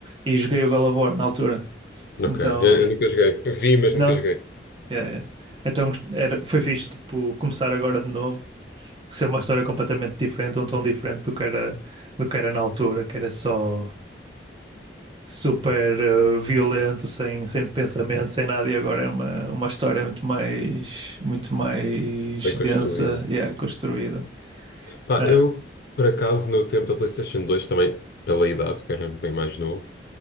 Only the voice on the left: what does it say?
Ok,
eu, eu nunca joguei. Vi, mas
nunca joguei.
Bem
construído.
Pá,
eu, por acaso, no tempo da PlayStation 2 também, pela idade, que era bem mais novo,